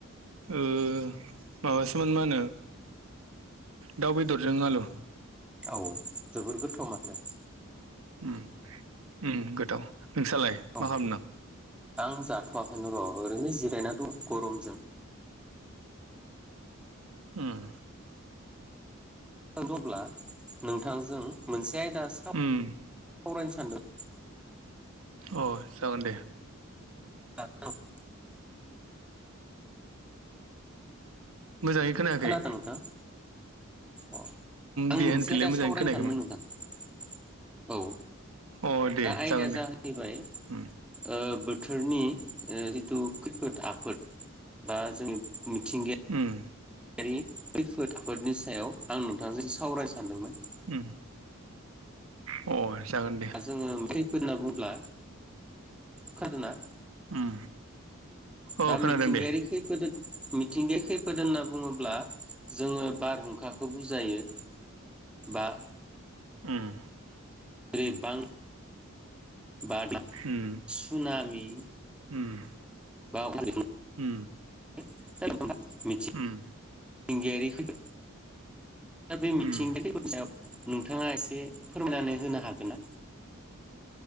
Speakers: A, on the right (about 80°); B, in the centre.
A: ओ माबासोमोन मा होनो दाउ बेदरजों आलु
B: औ जोबोर गोथाव माथो
A: उम उम गोथाव नोंस्रालाय मा
B: औ
A: खालामदों
B: आं जाथ'वाखैनो र' ओरैनो जिरायना दं गरमजों <inaudible>
A: ओम
B: <unintelligible> नोंथांजों मोनसे आयदा सावरायनो
A: उम
B: सानदों
A: अ जागोन दे
B: <unintelligible>
A: मोजाङै खोनायाखै
B: खोनादों नोंथां अ आं
A: दे
B: मोनसे
A: होनफिनलाय
B: दा
A: मोजाङै
B: सावरायनो
A: खोनायाखैमोन
B: सानदों नोंथां औ
A: अ दे
B: दा आयदाया
A: जागोन
B: जाहैबाय
A: दे
B: ओ
A: उम
B: बो बोथोरनि जिथु खैफोद आफोद बा जों मिथिंगाया
A: उम
B: <unintelligible> खैफोद आफोदनि सायाव आं नोंथांजों सावराय सानदोंमोन
A: उम अ जागोन दे
B: दा जोङो खैफोद होनना बुंब्ला खोनादोंना
A: उम अ
B: दा
A: खोनादों
B: मिथिंगायारि
A: दे
B: खैफोद मिथिंगाया खैफोद होनना बुङोब्ला जोङो बारहुंखाखौ बुजायो बा
A: ओम
B: जेरै बां बा
A: उम
B: सुबनामि
A: उम
B: <unintelligible>
A: उम
B: <unintelligible> मिथिंगायारि
A: उम
B: खै दा बे मिथिंगाफोरनि
A: उम
B: सायाव नोंथाङा एसे फोरमायना होनो हागोन ना